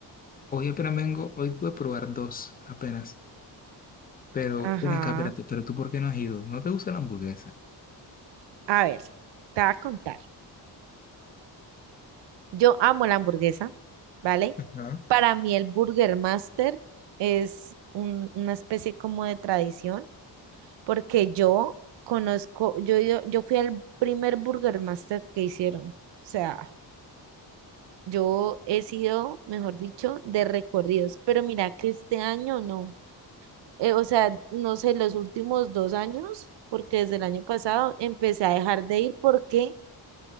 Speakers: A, on the left (about 20°); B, on the right (about 75°).
A: Hoy apenas vengo, hoy pude probar dos apenas. Pero,
B: Ajá.
A: ven acá, espérate, pero tú ¿por qué no has ido? ¿No te gusta la hamburguesa?
B: A ver, te voy a contar. Yo amo la hamburguesa, ¿vale?
A: Ajá,
B: Para mí el Burger Master es un- una especie como de tradición, porque yo conozco, yo, yo, yo fui al primer Burger Master que hicieron. O sea, yo he sido, mejor dicho, de recorridos, pero mira que este año no. eh, o sea, no sé, los últimos dos años, porque desde el año pasado empecé a dejar de ir porque